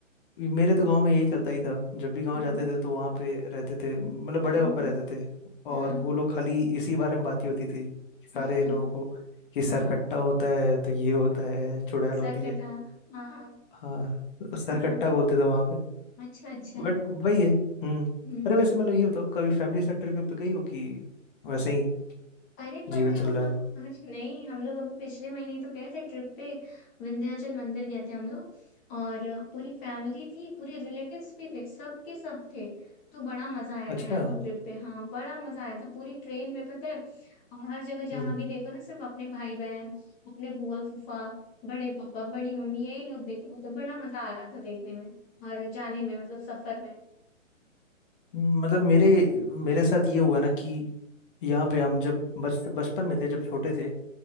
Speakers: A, on the left (about 40°); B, on the left (about 20°).
A: मेरे तो गांव में यही चलता ही था जब भी गांव
B: हम्म
A: जाते थे तो वहां पे रहते थे मतलब बड़े
B: हम्म,
A: पापा रहते थे और
B: हाँ
A: वो लोग खाली इसी बारे में बात ही होती थी कि सारे
B: <laughs>
A: लोगों को कि सर
B: हाँ
A: कट्टा होता है तो ये होता है चुड़ैल
B: सर
A: होती
B: कटा
A: है
B: हाँ
A: हाँ सर
B: हाँ
A: कट्टा बोलते थे वहां पे
B: अच्छा अच्छा
A: बट वही है हम्म
B: हम्म
A: अरे वैसे मतलब ये बताओ कभी फैमिली से ट्रिप पे गई हो कि वैसे ही
B: अरे
A: जीवन
B: पता है हम
A: चल रहा
B: लोग
A: है
B: <laughs> अरे नहीं हम लोग अभी पिछले महीने ही तो गए थे ट्रिप पे विंध्याचल मंदिर गए थे हम लोग और अ, पूरी फैमिली थी पूरे रिलेटिव्स भी थे सब के सब थे तो बड़ा मजा आया
A: अच्छा
B: था यार वो ट्रिप पे हाँ बड़ा मजा आया था पूरी ट्रेन में पता है और हर जगह जहाँ
A: हम्म
B: भी देखो ना सिर्फ अपने भाई बहन अपने बुआ फूफा बड़े पापा बड़ी मम्मी यही लोग देख रहे थे बड़ा मजा आ रहा था देखने में और जाने में मतलब सफर में
A: हम्म, मतलब मेरे मेरे साथ ये हुआ ना कि यहाँ पे हम जब बच बचपन में थे जब छोटे थे